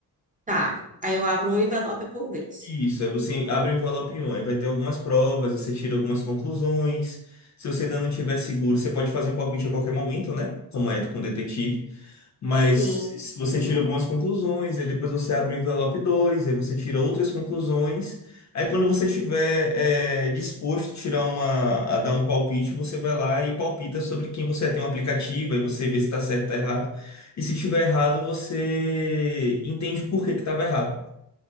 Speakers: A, on the right; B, on the left.
A: Tá. Aí eu abro um envelope por vez.
B: Isso, aí você abre o envelope um, aí vai ter algumas provas, você tira algumas conclusões. Se você ainda não tiver seguro, você pode fazer um palpite a qualquer momento, né? Como é com detetive. Mas
A: Sim.
B: se você tira algumas conclusões, aí depois você abre o envelope 2, aí você tira outras conclusões. Aí quando você tiver é, disposto a tirar uma, a dar um palpite, você vai lá e palpita sobre quem você é. Tem um aplicativo, aí você vê se está certo ou tá errado. E se tiver errado, você entende por que que estava errado.